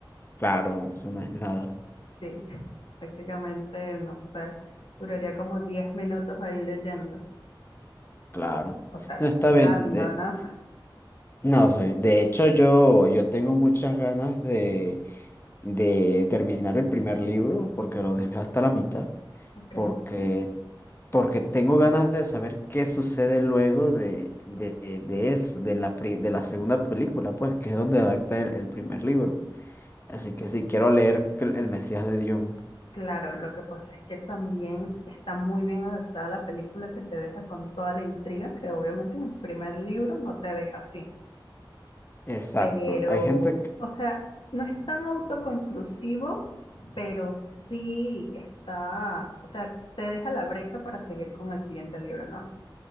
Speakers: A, on the left; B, on the left.
A: Claro, eso no es nada.
B: Sí, <laughs> prácticamente, no sé, duraría como 10 minutos ahí leyendo,
A: Claro.
B: o sea, exagerando,
A: No está bien. de-
B: ¿no?
A: No sé. De hecho, yo, yo tengo muchas ganas de, de terminar el primer libro porque lo dejé hasta la mitad.
B: <laughs> Ok.
A: Porque, porque tengo ganas de saber qué sucede luego de, de, de, es- de la, pri- de la segunda película, pues, que es donde adapta el el primer libro. Así que sí, quiero leer el el Mesías de Dune.
B: Claro, lo que pasa es que también está muy bien adaptada la película que te deja con toda la intriga que obviamente en el primer libro no te deja así.
A: Exacto.
B: Pero,
A: Hay gente que...
B: o sea, no es tan autoconclusivo, pero sí está, o sea, te deja la brecha para seguir con el siguiente libro, ¿no?